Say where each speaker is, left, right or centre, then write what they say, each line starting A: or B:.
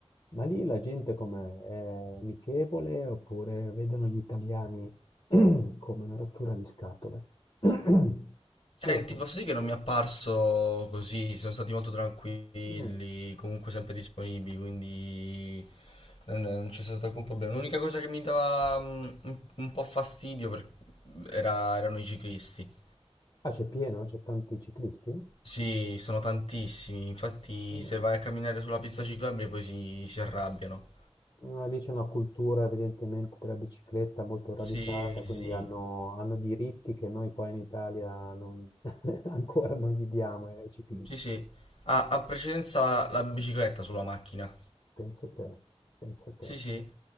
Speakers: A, on the left; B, on the left.
A: Ma lì la gente com'è? È amichevole oppure vedono gli italiani <clears throat> come una rottura di scatole? <clears throat> Pure
B: Senti,
A: c'è-
B: posso dire che non mi è apparso così, sono stati molto tranquilli,
A: Mm.
B: comunque sempre disponibili, quindi non, non c'è stato alcun problema. L'unica cosa che mi dava mm, un, un po' fastidio per- era- erano i ciclisti.
A: Ah, c'è pieno? C'è tanti ciclisti?
B: Sì, sono tantissimi, infatti
A: Mm.
B: se vai a camminare sulla pista ciclabile poi si, si arrabbiano.
A: Ah, Lì c'è una cultura evidentemente della bicicletta molto radicata,
B: Sì,
A: quindi
B: sì, sì,
A: hanno, hanno diritti che noi qua in Italia non- <laughs> ancora non gli diamo ai ciclisti.
B: sì, sì. Ah, ha precedenza la la bicicletta sulla macchina.
A: Pensa te, pensa te.
B: Sì, sì,